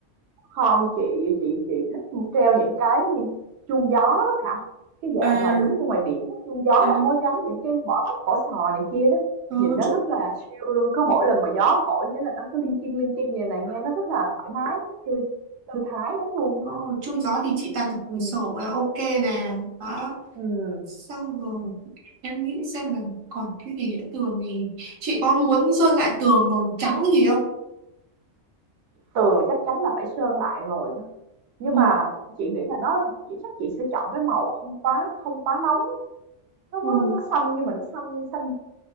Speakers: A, on the right; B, on the right.
A: không, chị chị chị thích treo những cái như chuông gió đó Thảo, cái dạng
B: à
A: mà giống như ngoài biển á, chuông gió
B: à
A: mà có gắn những cái vỏ ốc, vỏ sò này kia đó,
B: có
A: nhìn nó
B: chút
A: rất là chill luôn, cứ mỗi lần mà gió thổi cái là nó cứ linh kinh linh kinh như này, nghe nó rất là thoải mái á, thư thư thái lắm luôn á.
B: Ồ, chung gió thì chị đặt ở
A: ừ
B: cửa sổ là ok nè đó
A: ừm,
B: xong rồi em nghĩ xem là còn cái gì nữa tường thì chị có muốn sơn lại tường màu trắng gì không
A: tường chắc chắn là phải sơn lại rồi đó. Nhưng
B: màu
A: mà chị nghĩ là nó chị chắc chị sẽ chọn cái màu không quá không quá nóng á. Nó nó
B: tường
A: nó xanh nhưng mà nó xanh xanh